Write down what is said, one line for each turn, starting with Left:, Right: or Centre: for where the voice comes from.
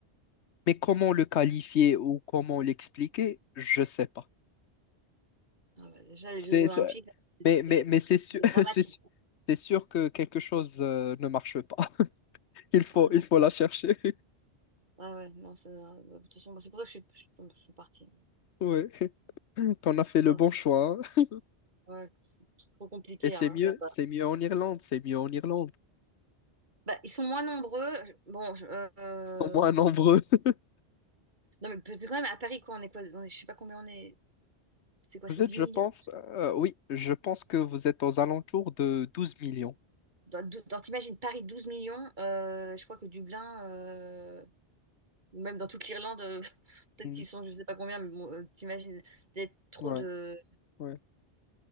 Left: Mais comment le qualifier ou comment l'expliquer, je sais pas.
Right: Ah ouais, déjà, les
Left: C'est,
Right: Jeux Olympiques,
Left: c'est-
Right: c'était
Left: mais, mais, mais
Right: c'était
Left: c'est sûr, <laughs>
Right: dramatique.
Left: c'est sûr, c'est sûr que quelque chose euh, ne marche pas. <laughs> Il faut,
Right: Ah non,
Left: il faut la chercher. <laughs>
Right: ah ouais, non, ça- de toute façon, c'est pour ça que je suis, je suis- je suis partie.
Left: Oui, on a fait le
Right: Ah
Left: bon choix. hein.
Right: ouais, c'est trop compliqué
Left: Et c'est
Right: hein,
Left: mieux,
Right: là-bas.
Left: c'est mieux en Irlande, c'est mieux en Irlande.
Right: Bah, ils sont moins nombreux. Bon, je- euh,
Left: Au moins nombreux. <laughs>
Right: non, mais parce que quand même, à Paris, quoi, on est quoi? On est, je sais pas combien on est. C'est quoi,
Left: Vous
Right: c'est
Left: êtes,
Right: 10
Left: je
Right: millions?
Left: pense, euh, oui, je pense que vous êtes aux alentours de 12 millions.
Right: Dans, dou- dans- t'imagines Paris 12 millions, euh, je crois que Dublin, euh, ou même dans toute l'Irlande, euh, <laughs> peut-être
Left: Mm.
Right: qu'ils sont je sais pas combien, mais bon, euh, t'imagines d'être trop
Left: Ouais,
Right: de,
Left: ouais.